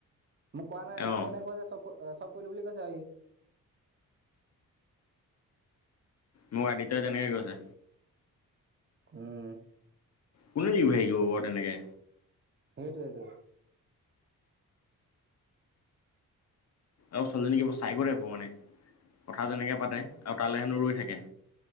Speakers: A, on the right; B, on the left.
A: মোক কোৱা নাই
B: অ'
A: মোৰ এনেয়ে কৈ যে চব চব কৰিলো বুলি কৈছে আৰু সি
B: মোক আদিত্য যেনেকে কৈছে
A: উম
B: কোনে দিব হেৰি কৰিব বাৰু তেনেকে।
A: সেইটোৱেটো।
B: আৰু ছোৱালী জনি কিবা চাই গৰে আব মানে। কথা যেনেকৈ পাতে আৰু তালৈ হেনো ৰৈ থাকে।